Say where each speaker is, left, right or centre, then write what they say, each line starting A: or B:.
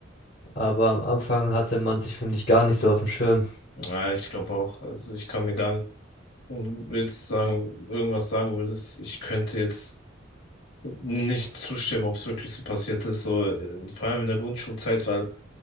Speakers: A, on the left; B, on the left.
A: aber am Anfang hatte man sich, finde ich, gar nicht so auf dem Schirm.
B: Ja, ich glaube auch. Also ich kann mir gar nicht, wenn du jetzt sagen, irgendwas sagen würdest, ich könnte jetzt nicht zustimmen, ob es wirklich so passiert ist, so äh, vor allem in der Grundschulzeit, weil